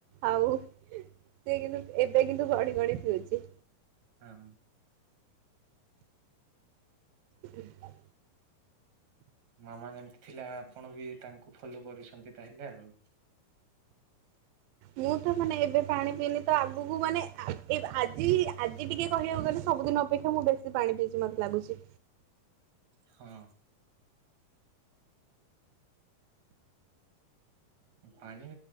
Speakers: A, on the right; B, on the right.
A: ଆଉ ସେ କିନ୍ତୁ ଏବେ କିନ୍ତୁ ଗଡିି ଗଡି ପିଉଛି।
B: ହଁ।
A: ହଁ।
B: ମାମା ଯେମିତି ଥିଲା ଆପଣ ବି ତାଙ୍କୁ ଫଲୋ କରୁଛନ୍ତି ତାହେଲେ ଆଉ।
A: ମୁଁ ତ ମାନେ ଏବେ ପାାଣି ପିଇନି ତ ଆଗକୁ ମାନେ ଆଜି ଆଜି ଟିକେ କହିବାକୁ ଗଲେ ସବୁଦିନ ଅପେକ୍ଷା ମୁଁ ବ ପାଣି ପିଇଛି ମତେ ଲାଗୁଛି।
B: ହଁ। ପାଣି